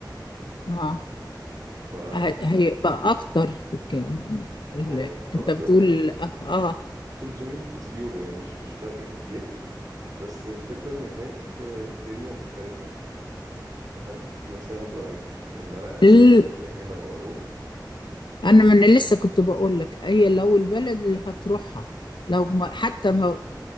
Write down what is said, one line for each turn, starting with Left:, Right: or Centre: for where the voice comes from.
Left: اه
Right: ف
Left: ه- هيبقى اكتر ك- ال-
Right: هيبقى اكتر
Left: انت بتقول اه اه,
Right: 300 يورو يعني مش مش فرق كبير بس الفكرة ان هناك الدنيا مختلفة فهل انت مثلا برأيك ان انا اسيب
Left: آه.
Right: الدنيا هنا واروح
Left: انا ما انا لسه كنت بقول لك هي لو البلد اللي هتروحها لو ما حتى ما